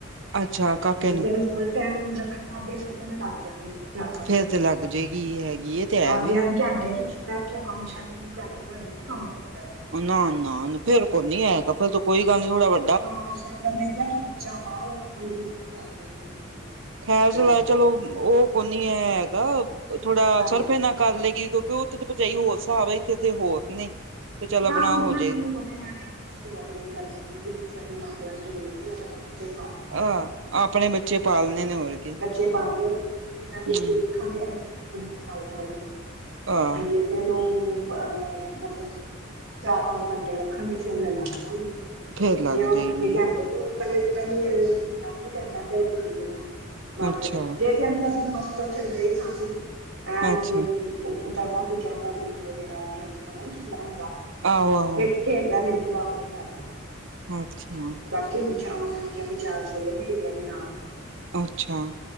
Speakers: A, on the right; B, on the right.
A: ਅੱਛਾ ਕਾਕੇ
B: ਜੇ
A: ਨੂੰ
B: ਤੈਨੂੰ ਫੁੱਲ ਟੈਮ ਰੱਖਣ ਲੱਗਗੇ ਫੇਰ ਤਾਂ ਮੈਂ ਲੱਗ ਜਾਂਗੀ ਚਾਰ ਪੰਜ
A: ਫੇਰ
B: ਘੰਟਿਆਂ
A: ਤੇ ਲੱਗ
B: ਦਾ
A: ਜਾਏਗੀ
B: ਕੰਮ ਤੇ
A: ਹੈਗੀ ਇਹ ਤੇ ਹੈ
B: ਹਾਂਜੀ
A: ਵੇ
B: ਹਾਂਜੀ ਘੰਟੇ <inaudible> ਡਾੱਥ ਕੰਮ ਛੱਡ ਕੇ ਘੰਟੇ ਘੰਟੇ ਦਾ ਕੰਮ ਹੁੰਦਾ। <unintelligible>
A: ਨਾ ਨਾ ਫੇਰ ਕੋਈ ਨੀ ਹੈਗਾ ਫਿਰ ਤਾਂ ਕੋਈ ਗੱਲ ਨੀ ਥੋੜਾ ਵਾ
B: ਹਾਂ ਸਾਗਰ ਨੇ ਕਿਹਾ ਕਿ ਬੱਚਾ ਪਾਲ ਆਪਣਾ ਮੈਨੂੰ ਕੋਈ ਬੱਚਾ
A: ਖੈਰ ਚਲਾ
B: ਪਾਲ
A: ਚਲੋ ਉਹ ਕੋ ਨ ਹੈ ਹੈਗਾ ਥੋੜਾ
B: ਹਾਂ
A: ਸਰਫੇ ਨਾ ਕਰ ਲਏਗੀ ਕਿਉਂਕਿ ਉਹ ਥੇ ਭਜਾਈ ਹੋਰ ਹਿਸਾਬ ਹੈ ਇੱਥੇ ਦੇ ਹੋਰ ਨੇ। ਤੇ ਚੱਲ ਆਪਣਾ
B: ਨਾ ਹ
A: ਹੋ
B: ਨਾ
A: ਜਾਏਗੀ
B: ਮੈਨੂੰ ਕਨ ਲਣਾ ਪਿੱਛੇਟਵਾਈ ਕਰੀ ਆ ਪਿੱਛੇ ਆਪਣੇ ਮਾਪਿਆਂ ਨੂੰ ਦੇ ਮੈਂ <unintelligible> ਬੱਚੇ ਪਾਣੇ ਆ
A: ਆਹ ਆਪਣੇ ਬੱਚੇ ਪਾਲਣੇ
B: ਤੇ
A: ਨੇ ਹੋਰ ਕੀ
B: ਬੱਚੇ ਪਾਲਣੇ
A: ਹਮ
B: ਤੇ ਖਾਂਦੇ ਹੈ ਨੀ ਕੱਖ ਸਕ ਦੀ ਗੱਲ ਕਰਕੇ
A: ਆਹ
B: ਬਜੇਤੇ ਨੂੰ ਅਹ ਮਤਲਬ ਚਾਰ ਪੰਜ ਘੰਟੇ ਰੱਖਣਗੇ ਫੇਰ ਮੈਂ ਲੱਗ ਜਾਗੀ
A: ਫੇਰ ਲੱਗ
B: ਜੇ ਉਹ ਰੱਖਣਗੇ
A: ਜਾਏਗੀ
B: ਘੰਟੇ ਡੇ ਤੋਂ ਪਹਿਲੇ ਜ ਪਹਿਲੇ ਮਹੀਨਾ ਕੁੱਝ ਘੰਟਾ ਤਾਂ ਹੀ ਰੱਖਣਗੇ ਨਾ ਮਾਂ
A: ਅੱਛਾ
B: ਪਿਓ ਜੇ ਕਹਿੰਦੀਆਂ ਸੀ ਤੇ ਮਸਤ ਉੱਥੇ ਗਏ ਸਾਂ ਅਸੀ ਭੈਣ
A: ਅੱਛਾ
B: ਉਹਦੇ <unintelligible> ਉਹ ਉਦਦਾ ਸੀ ਚੜਦਾ ਸੀ ਉਹਨਾ ਦਾ ਜਿਹੜਾ ਆਦਾ ਨ ਝੂਲਾ ਹੁੰਦਾ।
A: ਆਹੋ ਆਹੋ
B: ਖੇ ਖੇਡਦਾ ਮੇਰੀ ਪਰਵਾਹ ਕੋ ਨੀ ਕਰਦਾ।
A: ਅੱਛਾ।
B: ਤੇ ਬਾਕੀ ਹੁਣ ਉਹਨਾ ਨੇ ਕਿਹਾ ਵੀ ਚਾਰ ਜੋੜੇ ਦੇ ਦੇਆ ਜੇ ਨਾਲ
A: ਅੱਛਾ